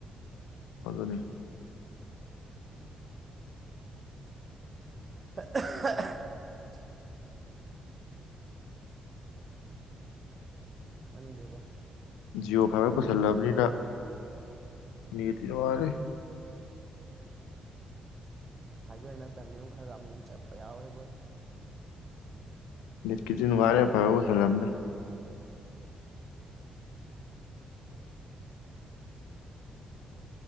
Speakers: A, on the left (about 80°); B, on the right (about 40°).
A: ꯋꯥ ꯑꯗꯨꯅꯤ
B: <unintelligible> ꯍꯗꯦꯗ
A: ꯖꯤꯑꯣ ꯐꯥꯏꯕꯔ ꯄꯨꯁꯜꯂꯕꯅꯤꯅ ꯅꯅꯤꯇ ꯃꯥꯔꯦ
B: ꯐꯥꯏꯕꯔ ꯅꯠꯇꯕꯅꯤ ꯑꯃ ꯈꯔꯒ ꯑꯃꯨꯛ ꯆꯠꯄ ꯌꯥꯎꯋꯦꯕ
A: ꯀꯇ ꯋꯥꯔꯦ ꯐꯥꯎ ꯊꯂ ꯑꯅ